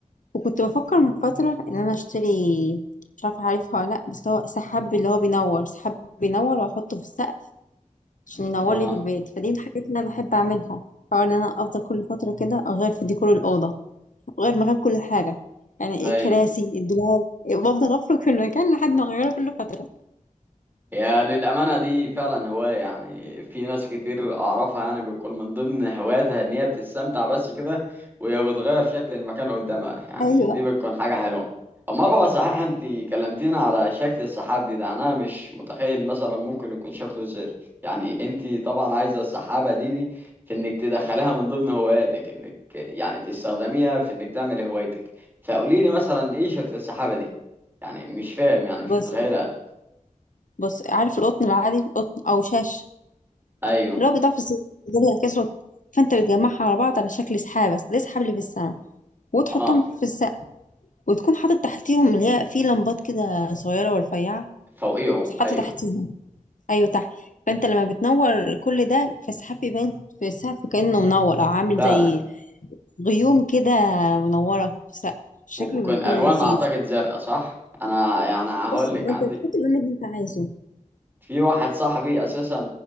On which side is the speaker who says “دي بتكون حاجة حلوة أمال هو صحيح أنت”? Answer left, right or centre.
Right